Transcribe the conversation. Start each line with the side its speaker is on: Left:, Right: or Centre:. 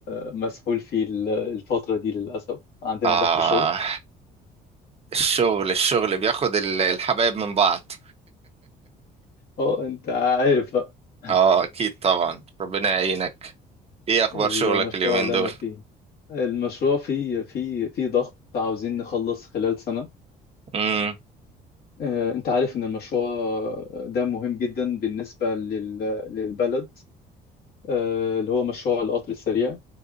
Left: آه، مسحول فيه ال- الفترة دي للأسف عندنا
Right: اه
Left: ضغط شغل
Right: الشغل الشغل بياخد ال- الحبايب من بعض
Left: اه انت عارف بقى <laughs>
Right: اه اكيد طبعا ربنا يعينك ايه اخبار
Left: المشروع
Right: شغلك اليومين
Left: اللي
Right: دول
Left: أنا فيه المشروع فيه فيه فيه ضغط عاوزين نخلص خلال سنة
Right: امم
Left: آه، انت عارف ان المشروع ده مهم جدا بالنسبة لل- للبلد آه، اللي هو مشروع القطر السريع